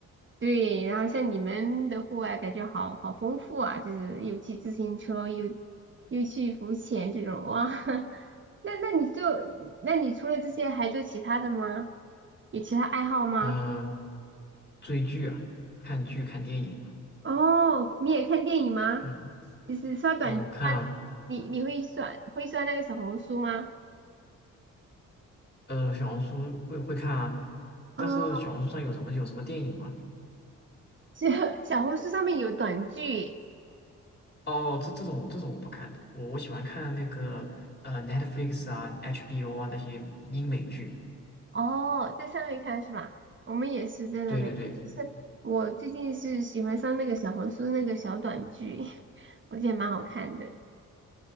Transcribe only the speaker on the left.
嗯，追剧啊，看剧看电影啊，
嗯
啊看啊。
呃，小红书会会看啊，但是小红书上有什么有什么电影吗？
哦，这这种这种我不看的，我我喜欢看那个呃 Netflix 啊、HBO 啊那些英美剧。
对对对，